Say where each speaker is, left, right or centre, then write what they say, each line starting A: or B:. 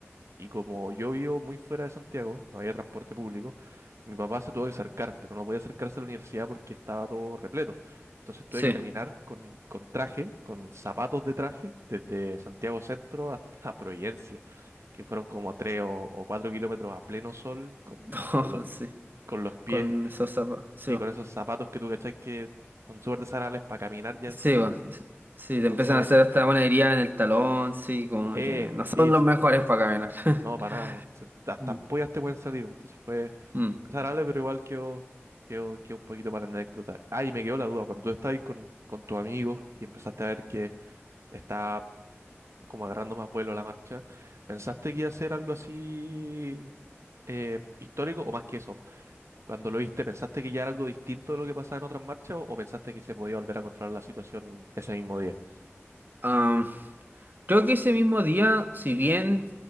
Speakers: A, on the right; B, on the right.
A: y como yo vivo muy fuera de Santiago, no había transporte público, mi papá se tuvo que acercar, pero no podía acercarse a la universidad porque estaba todo repleto. Entonces tuve
B: Sí,
A: que caminar con, con traje, con zapatos de traje, desde Santiago Centro hasta <laughs> Providencia, que fueron como tres o, o cuatro kilómetros a pleno sol, con,
B: <laughs> Oh,
A: con los,
B: sí,
A: con los pies,
B: con esos zapatos, sí,
A: sí,
B: va.
A: con esos zapatos que tú cachai que son súper desagradables para caminar ya
B: Sí,
A: en sí.
B: va. Sí,
A: Entonces,
B: te empiezan a hacer hasta una herida en el talón, sí, como
A: eh,
B: que no
A: sí,
B: son los mejores para caminar. <laughs>
A: No, para nada, weón. Se- Hasta
B: Mm.
A: ampollas te pueden salir, weón. Entonces fue
B: Mm.
A: desagradable, pero igual quedó, quedó, quedó un poquito para la anécdota. Ah, y me quedó la duda, cuando tú estabas ahí con, con tus amigos y empezaste a ver que está como agarrando más vuelo la marcha, ¿pensaste que iba a ser algo así eh, histórico o más que eso? Cuando lo viste, ¿pensaste que ya era algo distinto de lo que pasaba en otras marchas o, o pensaste que se podía volver a controlar la situación ese mismo día?
B: Ah, creo que ese mismo día, si bien